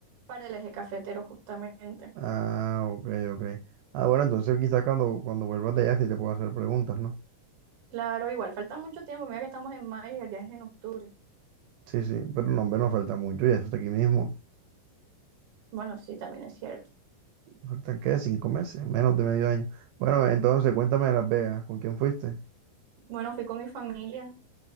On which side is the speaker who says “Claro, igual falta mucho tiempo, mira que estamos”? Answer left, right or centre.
Right